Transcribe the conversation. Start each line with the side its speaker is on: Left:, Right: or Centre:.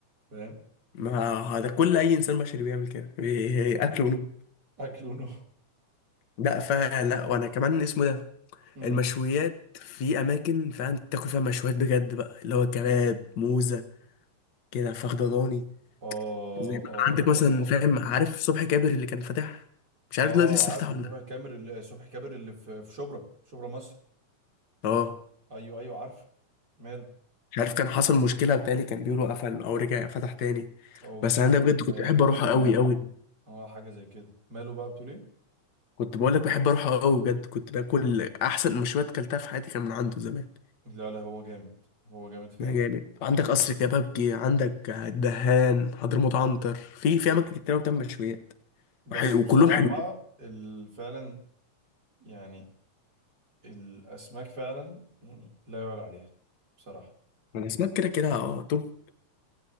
Right: فاهم
Left: ما هذا كل اي انسان بشري بيعمل كده بي- اكل ونوم
Right: اكل ونوم
Left: لا فلا وانا كمان اسمه ده
Right: امم
Left: المشويات في اماكن فعلا تاكل فيها مشويات بجد بقى اللي هو كباب موزه كده فخد ضاني
Right: اه
Left: زي ما
Right: اه
Left: عندك
Right: اه
Left: مثلا
Right: اه
Left: فاهم عارف صبحي كابر اللي كان فاتح مش عارف
Right: اه
Left: دلوقتي لسه
Right: عارفه
Left: فتح ولا
Right: صبحي
Left: لأ.
Right: كامر ال- صبحي كامر اللي في في شبرا شبرا مصر
Left: اه
Right: ايوه ايوه عارفه ماله
Left: مش عارف كان حصل مشكله بتاعي كان بيقولوا قفل او رجع فتح تاني
Right: او
Left: بس
Right: مش
Left: انا
Right: عارف
Left: ده بجد كنت
Right: آه،
Left: بحب
Right: حد
Left: اروحه
Right: من
Left: قوي
Right: ال...
Left: قوي
Right: اه حاجه زي كده ماله بقى بتقول ايه
Left: كنت بقول لك بحب اروحه قوي بجد كنت باكل احسن مشويات كلتها في حياتي كان من عنده زمان
Right: لا لا هو جامد هو جامد فعلا
Left: ده جامد عندك قصر الكبابجي عندك الدهان حضرموت عنتر في في اماكن كتير أوي بتعمل مشويات
Right: بس
Left: وحلو-
Right: بصراحة
Left: وكلهم حلوين
Right: ال- فعلا يعني الأسماك فعلا يعني لا يعلى عليها بصراحة
Left: الاسماك كده كده اه توب